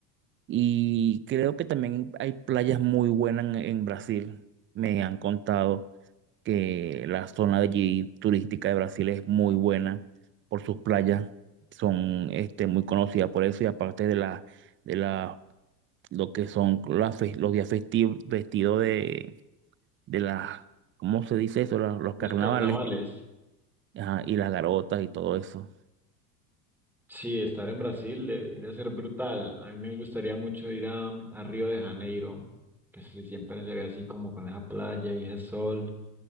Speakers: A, on the right; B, in the centre.
A: y creo que también hay playas muy buenas en, en Brasil. Me han contado que la zona de allí turística de Brasil es muy buena por sus playas. Son este, muy conocidas por eso y aparte de la, de la, lo que son las fe- los días festivos vestidos de, de las, ¿cómo se dice eso? Los, los
B: Los
A: carnavales
B: carnavales.
A: ajá, y las garotas y todo eso.
B: Sí, estar en Brasil de- debe ser brutal. A mí me gustaría mucho ir a, a Río de Janeiro, que se- siempre se ve así como con esa playa y ese sol,